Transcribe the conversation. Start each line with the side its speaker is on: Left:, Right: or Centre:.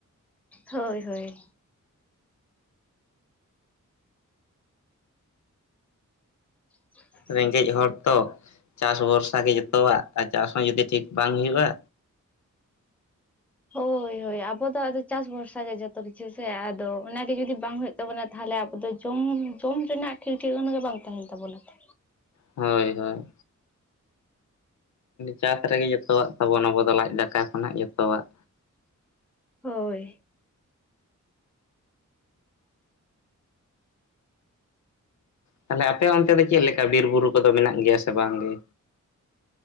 Centre: ᱦᱳᱭ ᱦᱳᱭ <unintelligible>
Left: ᱨᱮᱸᱜᱮᱡ ᱦᱚᱲ ᱛᱚ ᱪᱟᱥ ᱵᱷᱚᱨᱥᱟ ᱜᱮ ᱡᱚᱛᱚᱣᱟᱜ ᱟᱨ ᱪᱟᱥ ᱦᱚᱸ ᱡᱩᱫᱤ ᱴᱷᱤᱠ ᱵᱟᱝ ᱦᱩᱭᱩᱜ-ᱟ᱾
Centre: ᱦᱳᱭ ᱦᱳᱭ ᱟᱵᱚ ᱫᱚ ᱟᱫᱚ ᱪᱟᱥ ᱵᱷᱚᱨᱥᱟ ᱜᱮ ᱡᱚᱛᱚ ᱠᱤᱪᱷᱩ ᱥᱮ ᱟᱫᱚ ᱚᱱᱟ ᱜᱮ ᱡᱩᱫᱤ ᱵᱟᱝ ᱦᱩᱭᱩᱜ ᱛᱟᱵᱚᱱᱟ ᱛᱟᱦᱚᱞᱮ ᱟᱵᱚ ᱫᱚ ᱡᱚᱢ ᱡᱚᱢ ᱨᱮᱱᱟᱜ ᱴᱷᱤᱠ ᱴᱷᱤᱠᱟᱹᱱᱟ ᱜᱮ ᱵᱟᱝ ᱛᱟᱦᱮᱱ ᱛᱟᱵᱚᱱᱟ ᱛᱚ᱾
Left: ᱦᱳᱭ ᱦᱳᱭ ᱪᱟᱥ ᱨᱮ ᱜᱮ ᱡᱚᱛᱚᱣᱟᱜ ᱛᱟᱵᱚᱱ ᱟᱵᱚ ᱫᱟ ᱞᱟᱡ ᱫᱟᱠᱟ ᱠᱷᱚᱱᱟᱜ ᱡᱚᱛᱚᱣᱟᱜ
Centre: ᱦᱳᱭ
Left: ᱛᱟᱦᱚᱞᱮ ᱟᱯᱮ ᱚᱱᱛᱮ ᱫᱚ ᱪᱮᱫ ᱞᱮᱠᱟ ᱵᱤᱨ ᱵᱩᱨᱩ ᱠᱚ ᱫᱚ ᱢᱮᱱᱟᱜ ᱜᱮᱭᱟ ᱥᱮ ᱵᱟᱝ ᱜᱮ?